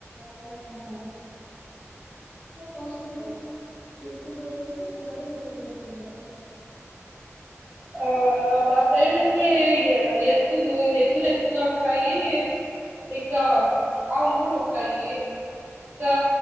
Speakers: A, on the right; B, on the right.
A: చేస్తాంటారు పస్
B: అవును
A: కుమప్పరు బరవల కుమరప్పంటార
B: ఆ మా సైడ్ అయితే ఎద్దు ఎత్తులు ఎక్కువగా ఉంటాయి ఇంకా ఆవులు కూడా ఉంటాయి ఇంకా